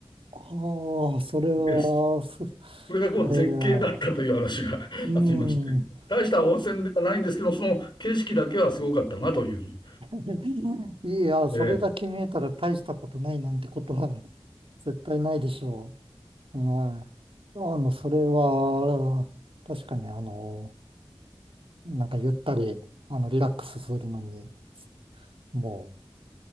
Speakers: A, on the right (about 70°); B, on the left (about 55°).
A: ああ、それは、
B: で、そ
A: す
B: れがこう絶景だったという話が
A: ええ、
B: <laughs>
A: うん。
B: ありまして、大した温泉ではないんですけど、
A: いや
B: その景色だけはすごかったなという。
A: <laughs> いや、それだけ見えたら大したことないなんてことは
B: え
A: <laughs> 絶対ないでしょう。はい。あの、それは、確かにあの、なんかゆったり、あの、リラックスするのに、も